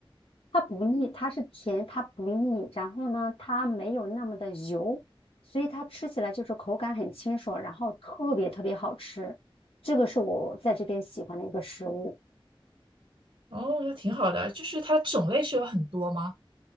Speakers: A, on the left; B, on the right.
A: 它不腻，它是甜，它不腻，然后呢，它没有那么的油，所以它吃起来就是口感很清爽，然后特别特别好吃。这个是我在这边喜欢的一个食物。
B: 哦，那挺好的，就是它种类是有很多吗？